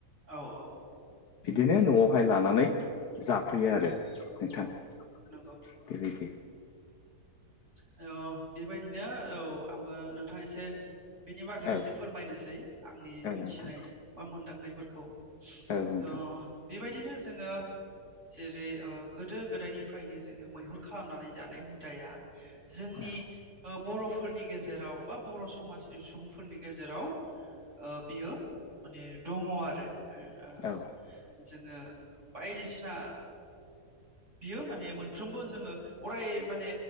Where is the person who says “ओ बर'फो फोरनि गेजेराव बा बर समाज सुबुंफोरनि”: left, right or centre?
Right